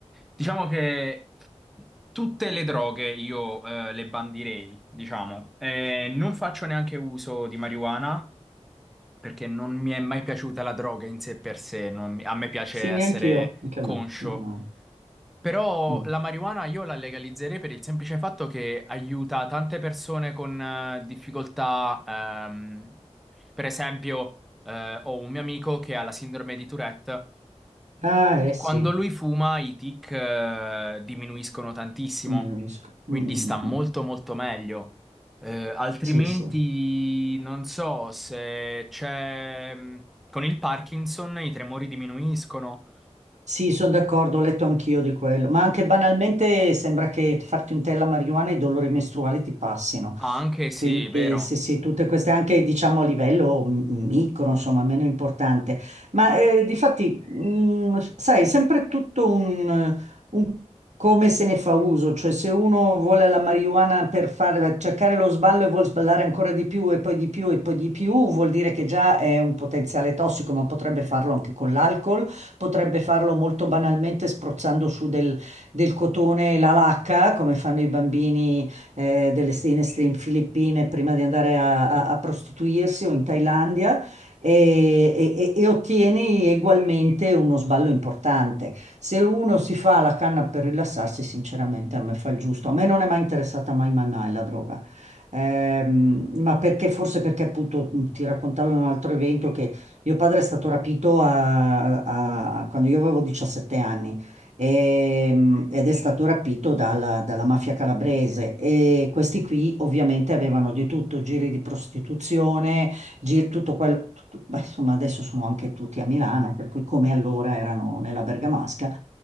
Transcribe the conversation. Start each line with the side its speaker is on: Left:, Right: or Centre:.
Centre: Diciamo che tutte le droghe io eh, le bandirei, diciamo. Eh, non faccio neanche uso di marijuana. Perché non mi è mai piaciuta la droga in sé per sé, non mi- a me piace
Right: sì,
Centre: essere
Right: neanch'io, anche a
Centre: conscio
Right: me. No, no.
Centre: però
Right: Mm.
Centre: la marijuana io la legalizzerei per il semplice fatto che aiuta tante persone con eh, difficoltà. ehm, per esempio, eh, ho un mio amico che ha la sindrome di Tourette
Right: Ah,
Centre: e
Right: eh
Centre: quando
Right: sì,
Centre: lui fuma i tic, eh, diminuiscono tantissimo,
Right: diminuisco. Mm,
Centre: quindi
Right: mm,
Centre: sta
Right: mm,
Centre: molto
Right: mm.
Centre: molto meglio. Eh, altrimenti
Right: Sì, sì.
Centre: non so se c'è... mh, Con il Parkinson i tremori diminuiscono.
Right: Sì, sono d'accordo, ho letto anch'io di quello, ma anche banalmente sembra che farti un tè alla marijuana e i dolori mestruali ti passino.
Centre: Ah, anche sì,
Right: Quindi
Centre: vero.
Right: sì, sì, tutte queste anche diciamo a livello m- micro, insomma, meno importante. Ma eh, difatti, mh, sai, è sempre tutto un, un come se ne fa uso, cioè se uno vuole la marijuana per fare, cercare lo sballo e vuol sballare ancora di più e poi di più e poi di più, vuol dire che già è un potenziale tossico, ma potrebbe farlo anche con l'alcol, potrebbe farlo molto banalmente spruzzando su del, del cotone la lacca, come fanno i bambini eh, delle, in, est- in Filippine prima di andare a, a- a prostituirsi o in Thailandia e, e- e e ottieni ugualmente uno sballo importante. Se uno si fa la canna per rilassarsi, sinceramente a me fa il giusto. A me non è mai interessata mai, mai, mai la droga. Ehm, ma perché forse perché appunto mm, ti raccontavo in un altro evento che mio padre è stato rapito a- a- quando io avevo 17 anni ehm, ed è stato rapito dalla, dalla mafia calabrese. E questi qui ovviamente avevano di tutto, giri di prostituzione, giri, tutto quello, tutto- beh, insomma adesso sono anche tutti a Milano, per cui come allora erano nella Bergamasca.